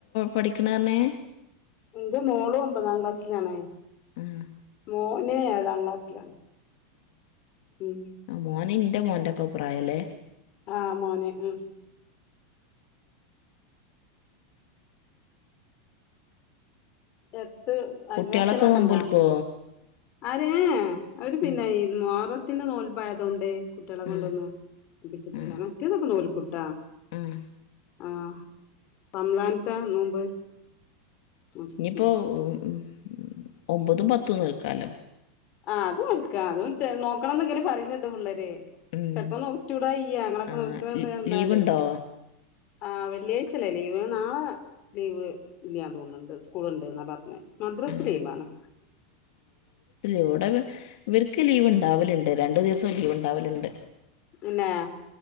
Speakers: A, on the left (about 60°); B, on the left (about 35°).
A: പഠിക്കണേന്ന് പറഞ്ഞെ
B: ഇന്റെ മോളും ഒമ്പതാം ക്ലാസ്സിലാണ്
A: ഉം
B: മോന് ഏഴാം ക്ലാസ്സിലാണ് ഉം
A: ആ മോന് ഇന്റെ മോന്റൊക്കെ പ്രായൊ ല്ലേ
B: ആ മോനെ ഉം അട്ത്ത് അയൽവാസിയോളോയ്ക്കെണ്ടാ
A: കുട്ട്യാളൊക്കെ നോമ്പോൽക്കോ
B: ആര് ഏ ഏ അവര് പിന്നെ
A: ഉം
B: ഈ മോറത്തിന്റെ നോൽപായതൊണ്ട് കുട്ടികളെ കൊണ്ടുവന്നു
A: ഉം
B: നൊപ്പിച്ചിട്ടില്ല
A: ഉം
B: മറ്റേതൊക്കെ നോൽക്കുട്ടാ
A: ഉം
B: ആ റംളാനത്ത നോമ്പ് നോക്കിക്ക്ണു
A: ഇനിയിപ്പോ ഉം ഉം ഒമ്പതും പത്തും നോൽക്കാലോ
B: ആ അത് നോൽക്കാ അതും നോക്കണംന്ന് ഇങ്ങനെ പറയിന്ന്ണ്ട് പി ള്ളേര്
A: ഉം
B: ചെൽപ്പോ നോറ്റൂടായ്ക ഇല്ല്യാ ഞങ്ങളൊക്കെ
A: ആഹ്
B: നോൽക്കണത് കണ്ടാലേ
A: ലീവ്ണ്ടോ
B: ആ വെള്ളിയാഴ്ചല്ലേ ലീവ് നാളെ ലീവ് ഇല്ല്യാന്ന് തോന്ന്ണ്ട് സ്കൂള്ണ്ടന്നാ പറഞ്ഞേ മദ്രസ്
A: ഉം
B: ലീവാണ്
A: ഇവിടെ ഇവർക്ക് ലീവ് ഇൻണ്ടാവല്ണ്ട് രണ്ട് ദിവസം ലീവ് ഇൻണ്ടാവല്ണ്ട്
B: പിന്നെ